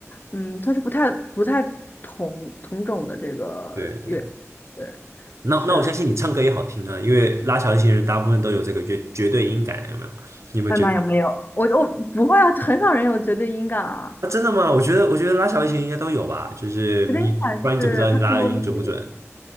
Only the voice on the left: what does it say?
嗯，它是不太不太同同种的这个乐，
对，
是。
艾玛有没有？我我不会啊，很少人有绝对音感啊，
绝对音感是它更多的是。